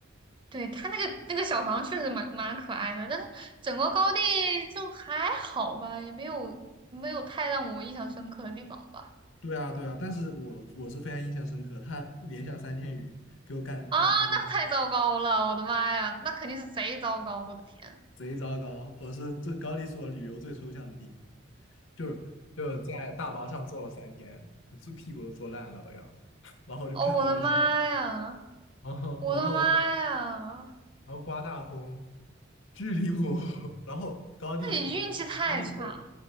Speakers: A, on the right; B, on the left.
A: 对，它那个那个小房确实蛮蛮可爱的，但是整个高地就还好吧，也没有没有太让我印象深刻的地方吧。
B: 对啊，对啊，但是我我是非常印象深刻，他连下三天雨，给我干干干的
A: 啊，那太糟糕了，我的妈呀，那肯定是贼糟糕，我的天！
B: 贼糟糕。我是这高地是我旅游最抽象的地方，就是就是在大巴上坐了三天，坐屁股都坐烂了都要，<laughs> 然后就看外面下雨，
A: 哦，我的妈呀，
B: 然后然后
A: 我的妈呀，
B: 然后刮大风，巨离谱。<laughs> 然后高地我们从高地回来
A: 那你运气太差了。